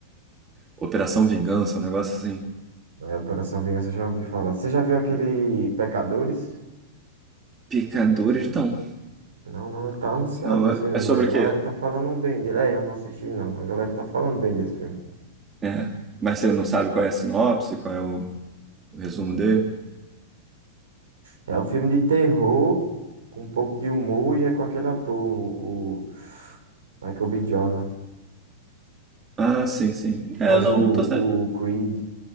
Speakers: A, on the right; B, on the right.
A: Operação Vingança, um negócio assim.
B: É, Operação Vingança, já ouvi falar. Você já viu aquele Pecadores?
A: Pecadores, não.
B: Não, não, ele tá anunciado
A: Não,
B: no cinema.
A: é é sobre
B: aí A
A: o
B: galera
A: quê?
B: tá falando bem dele. É, eu não assisti, não. A galera tá falando bem desse filme.
A: É, mas você não sabe qual é a sinopse, qual é o, o resumo dele?
B: É um filme de terror, com um pouco de humor, e é com aquele ator, o, o Michael B. Jordan,
A: Ah, sim, sim.
B: que
A: É,
B: faz
A: não,
B: o,
A: não tô sabendo.
B: o Creed.